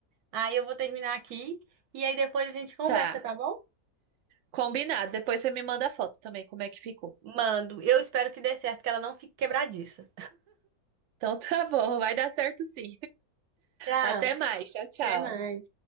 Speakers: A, on the right; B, on the right.
A: Aí eu vou terminar aqui e aí depois a gente conversa,
B: Tá.
A: tá bom?
B: Combinado. Depois você me manda a foto também, como é que ficou.
A: Mando. Eu espero que dê certo, que ela não fique quebradiça.
B: Então tá bom, vai dar certo sim.
A: Tchau,
B: Até mais, tchau, tchau.
A: até mais.